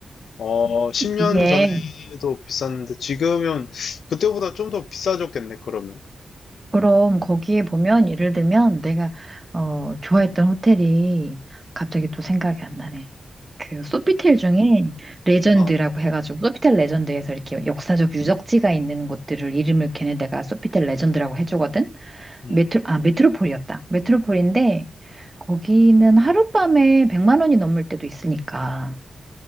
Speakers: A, on the left (about 80°); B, on the right (about 20°).
A: 어, 10년
B: 그게
A: 전에도 비쌌는데, 지금은 그때보다 좀 더 비싸졌겠네, 그러면.
B: 그럼 거기에 보면 예를 들면 내가 어, 좋아했던 호텔이 갑자기 또 생각이 안 나네. 그 소피텔 중에 레전드라고
A: 아,
B: 해가지고 소피텔 레전드에서 이렇게 역사적 유적지가 있는 곳들을 이름을 걔네들가 소피텔 레전드라고 해주거든.
A: 음,
B: 메트로 아 메트로폴이었다. 메트로폴인데 거기는 하룻밤에 100만 원이 넘을 때도 있으니까.